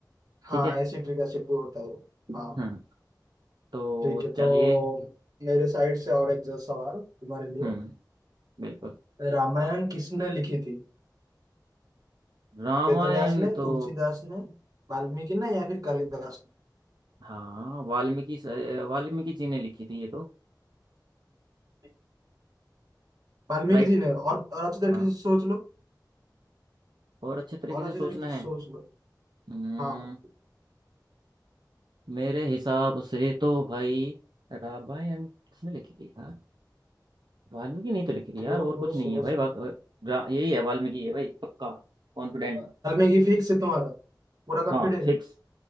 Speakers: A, on the right (about 55°); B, on the right (about 75°).
A: हाँ
B: ठीक है
A: ऐसी ट्रिक ऐसे प्रूव होता है
B: हम्म
A: हाँ
B: तो
A: ठीक है तो
B: चलिए
A: मेरे साइड से और एक जो सवाल तुम्हारे लिए
B: हम्म बिल्कुल
A: रामायण किसने लिखी थी
B: रामायण
A: वेदव्यास ने तुलसीदास
B: तो
A: ने वाल्मीकि ने या फिर कालिदास
B: हाँ वाल्मीकि से- वाल्मीकि जी ने लिखी थी ये तो
A: ने वाल्मीकि
B: राइट
A: जी ने और और अच्छे तरीके
B: हाँ
A: से सोच लो
B: और अच्छे तरीके
A: और
B: से
A: अच्छे
B: सोचना
A: तरीके
B: है
A: से सोच लो
B: हम्म
A: हाँ
B: मेरे हिसाब से तो भाई रामायण किसने लिखी थी यार वाल्मीकि नहीं तो लिखी थी
A: सोच
B: यार और कुछ
A: थोड़ा
B: नहीं
A: सोच
B: है भाई बाक, रा- यही है वाल्मीकि है भाई पक्का कॉन्फिडेंट
A: और मैं ये फिक्स है तुम्हारा पूरा कॉन्फिडेंट
B: हाँ फिक्स